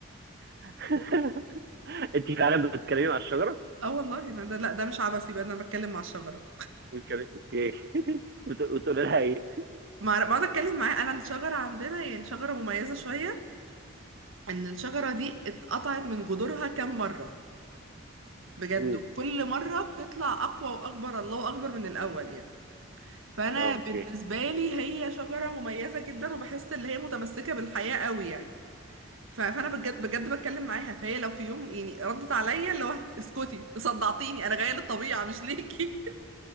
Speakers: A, on the right (about 50°); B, on the right (about 70°).
A: <laughs> انت فعلا بتتكلمي مع الشجره؟
B: اه والله إن ده لا ده مش عبثي بقى إن انا بتكلم مع الشجرة
A: بتتكلمي اوكي <laughs> بت- بتقولي لها ايه؟
B: مع بقعد اتكلم معاه انا الشجرة عندنا يعني شجرة مميزة شوية ان الشجرة دي اتقطعت من جذورها كام مرة
A: <laughs>
B: بجد
A: مم.
B: وكل مرة بتطلع اقوى واكبر الله اكبر من الاول يعني فانا
A: اه اوكي
B: بالنسبه لي هي شجره مميزه جدا وبحس ان هي متمسكه بالحياه قوي يعني ف- فانا بجد بجد بتكلم معاها فهي لو في يوم يعني ردت عليا اللي هو اسكتي صدعتيني انا جايه للطبيعه مش ليكي